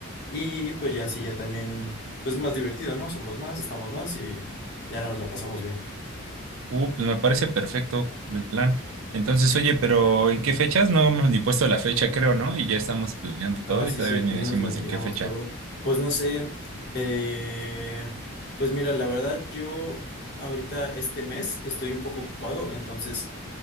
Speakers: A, on the left (about 50°); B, on the right (about 65°).
A: y pues ya sí ya también pues más divertido, ¿no? Somos más, estamos más y ya nos la pasamos bien.
B: Uh, pues me parece perfecto el plan. Entonces, oye, pero ¿en qué fechas? No hemos ni puesto la fecha, creo, ¿no? Y ya estamos planeando todo
A: Ah, sí,
B: y todavía
A: cierto,
B: ni
A: ya
B: decimos
A: nos imaginamos
B: en qué fecha.
A: todo. Pues no sé, eh, pues mira, la verdad yo ahorita este mes estoy un poco ocupado, entonces